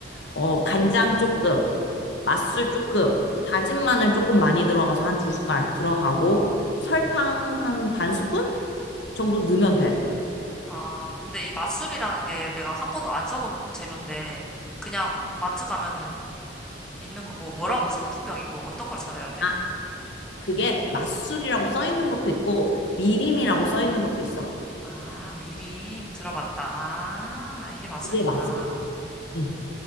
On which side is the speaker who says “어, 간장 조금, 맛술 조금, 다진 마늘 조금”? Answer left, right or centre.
Left